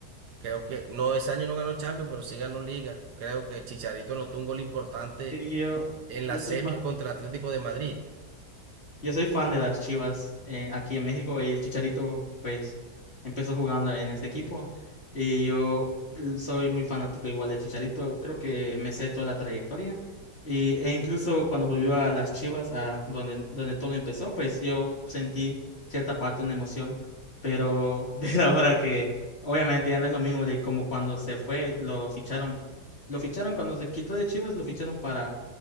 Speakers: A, on the right; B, on the left.
A: Creo que, no, ese año no ganó Champions, pero sí ganó Liga. Creo que Chicharito anotó un gol importante
B: Sí, yo,
A: en
B: yo
A: las
B: soy
A: semis
B: fan.
A: contra el Atlético de Madrid.
B: Yo soy fan de las Chivas eh, aquí en México y el Chicharito pues empezó jugando en este equipo y yo soy muy fanático igual del Chicharito, creo que me sé toda la trayectoria y, e incluso cuando volvió a las Chivas, a donde, donde todo empezó, pues yo sentí cierta parte de una emoción, pero <laughs> ver ahora que obviamente ya no es lo mismo de como cuando se fue, lo ficharon, lo ficharon cuando se quitó de Chivas, lo ficharon para